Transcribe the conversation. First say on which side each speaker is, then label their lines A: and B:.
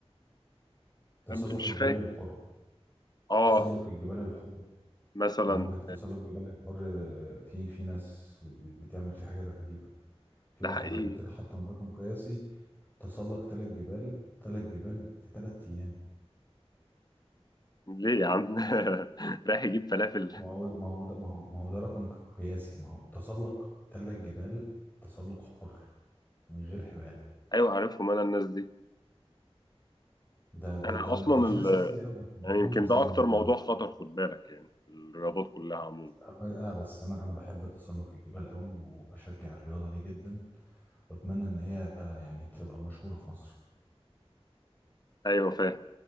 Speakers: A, on the left; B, on the left.
A: تسلق
B: أم- مش
A: الجبال
B: فاكر
A: الحر
B: اه
A: تسلق الجبال الحر
B: مثلا
A: عندك تسلق جبال الحر آه، في في ناس بتعمل في حاجات غريبه في
B: ده
A: واحد
B: حقيقي
A: قبل كده حطم رقم قياسي تسلق ثلاث جبال ثلاث جبال في ثلاث ايام
B: ليه يا عم <laughs> رايح يجيب فلافل
A: ما هو ما هو ده ما هو ما هو ده رقم ق- قياسي ما هو تسلق ثلاث جبال تسلق حر من غير حبال
B: ايوه عارفهم انا الناس دي
A: ده ده
B: انا
A: ده
B: اصلا
A: ده في
B: ال...
A: ناس كتير قوي بت- بتموت
B: يعني يمكن
A: بسبب
B: ده
A: الموضوع
B: اكتر موضوع
A: ده
B: خطر خد بالك يعني في الرياضات كلها عموما
A: آه، بس انا انا بحب تسلق الجبال قوي وبشجع الرياضه دي جدا واتمنى ان هي يعني تبقى مشهوره في مصر
B: ايوه فاهم